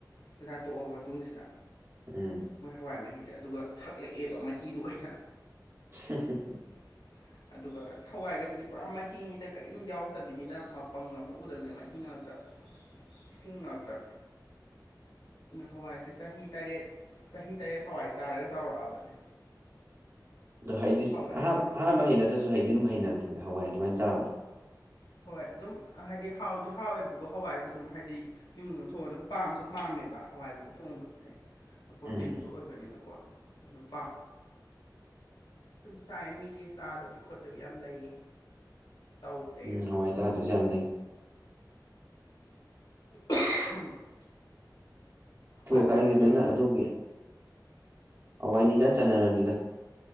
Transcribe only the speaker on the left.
ꯆꯛꯆꯥ ꯇꯣꯛꯑꯕ ꯃꯇꯨꯡꯁꯤꯗ
ꯃꯣꯏ ꯍꯋꯥꯏ ꯃꯍꯤꯁꯦ ꯑꯗꯨꯒ ꯊꯛꯂꯛꯑꯦꯕ ꯃꯍꯤꯗꯨ ꯑꯣꯏꯅ꯫
<unintelligible> ꯑꯗꯨꯒ ꯑꯁ ꯍꯋꯥꯏꯒꯁꯤꯗꯤ ꯄꯨꯔꯥ ꯃꯍꯤꯅꯤꯗ ꯀꯔꯤꯝ ꯌꯥꯎꯗꯕꯤꯅꯤꯅ ꯃꯄꯪ ꯑꯝꯇ ꯎꯗꯕꯅꯤ ꯃꯍꯤ ꯉꯥꯛꯇ꯫ ꯏꯁꯤꯡ ꯉꯥꯛꯇ꯫ ꯍꯋꯥꯏꯁꯦ ꯆꯍꯤ ꯇꯔꯦꯠ ꯆꯍꯤ ꯇꯔꯦꯠ ꯍꯋꯥꯏ ꯆꯥꯔꯒ ꯆꯥꯎꯔꯛꯑꯕꯅꯤ꯫
ꯍꯋꯥꯏꯁꯦ
ꯍꯣꯏ ꯑꯗꯨꯝ ꯍꯥꯏꯗꯤ ꯍꯥꯎꯗꯤ ꯍꯥꯎꯋꯦꯕꯀꯣ ꯍꯋꯥꯏꯁꯦ ꯑꯗꯨꯝ ꯍꯥꯏꯗꯤ ꯌꯨꯝꯒꯨꯝꯕ ꯊꯣꯛꯑ ꯑꯗꯨꯝ ꯄꯥꯝꯁꯨ ꯄꯥꯝꯃꯦꯕ ꯍꯋꯥꯏꯒꯨꯝꯕ ꯊꯣꯡꯕꯁꯦ꯫ ꯄ꯭ꯔꯣꯇꯤꯟꯁꯨ
ꯑꯣꯏꯕꯅꯤꯅꯀꯣ ꯑꯗꯨꯝ ꯄꯥꯝ ꯁꯨꯝꯁꯥꯏ ꯃꯤꯗꯤ ꯆꯥꯗꯕꯤ ꯈꯣꯠꯇꯕꯤ ꯌꯥꯝ ꯂꯩꯌꯦ꯫ ꯇꯧꯗꯦ ꯑꯩ
ꯑꯗꯨꯗꯤ
<unintelligible> ꯍꯋꯥꯏꯒꯨꯝꯕ
ꯑꯗꯒꯤ